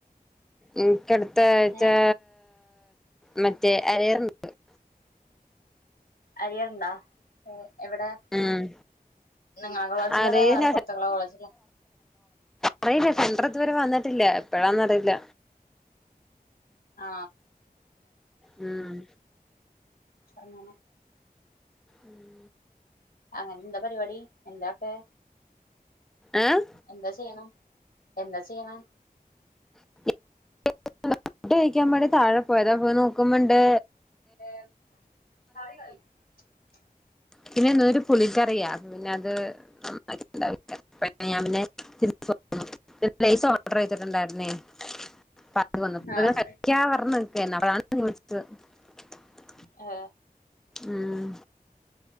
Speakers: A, in the centre; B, on the left (about 75°).
A: ഉം കടുത്തായ് ച്ചാ
B: ഏഹ്
A: മറ്റേ അയർ <unintelligible>
B: അറിയണ്ടാ ഏ എവിടെ
A: ഉം
B: നിങ്ങളെ കോളേജിലാണൊ
A: അറിയില്ല
B: വേറെ പുറത്തുള്ള കോളേജിലാ
A: അറിയില്ല സെന്റർ ഇതുവരെ വന്നിട്ടില്ല എപ്പഴാന്നറിയില്ല
B: ആ
A: ഉം
B: അങ്ങനെ
A: ഉം
B: അങ്ങനെ എന്താ പരിപാടി എന്താ ക്കെ
A: ഏഹ്
B: എന്താ ചെയ്യണെ എന്താ ചെയ്യണ
A: <unintelligible> ഫുഡ്‌ കഴിക്കാൻ വേണ്ടി താഴെ പോയതാ പോയി നോകുമ്പ ണ്ട്
B: ഏ <unintelligible>
A: പിന്നെ എന്നോരു പുളിക്കറിയ പിന്നെ <unintelligible> <unintelligible> ഞാൻ പിന്നെ ഇച്ചിരി റെയ്സ് ഓഡെറെയ്തിട്ടുണ്ടായിരുന്നേ പ്പ അത് വന്ന്
B: ആഹ്
A: കഴിക്കാന്ന് പർഞ്ഞു നിക്കണ് <unintelligible> <unintelligible>
B: ആ
A: ഉം